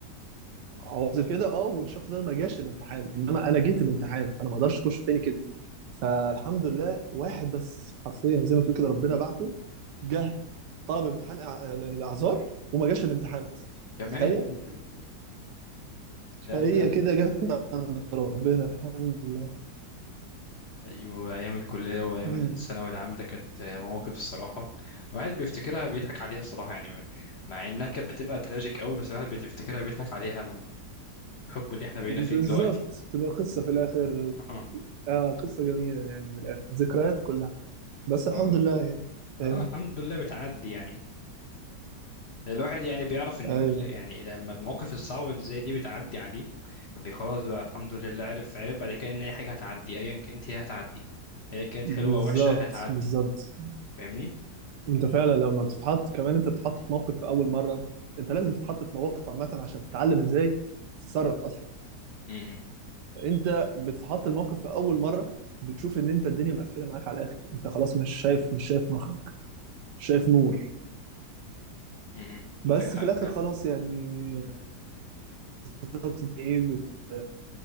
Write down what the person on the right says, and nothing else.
عاوز كده اه والشخص ده ما جاش الامتحان انما انا جيت الامتحان فانا ما اقدرش اخشه تاني كده فالحمد لله واحد بس حرفيا زي ما تقول كده ربنا بعته جه طلب امتحان إع- الاعذار وما جاش الامتحان اصلا
تخيل
فهي
كده جت من عند ربنا الحمد لله
مم.
بالظبط
تبقى قصة في الآخر
اه قصة جميلة يعني من الآخر ذكريات كلها بس
الحمد لله يعني فاهم
ايوه
بالظبط
بالظبط
انت فعلا لما بتتحط كمان انت بتتحط في موقف في اول مره انت لازم تتحط في مواقف عامه عشان تتعلم ازاي تتصرف اصلا
فانت بتتحط الموقف في اول مره بتشوف ان انت الدنيا مقفله معاك على الاخر انت خلاص مش شايف مش شايف مخرج مش شايف نور
بس
في الاخر
خلاص يعني بالظبط دي ايه بت-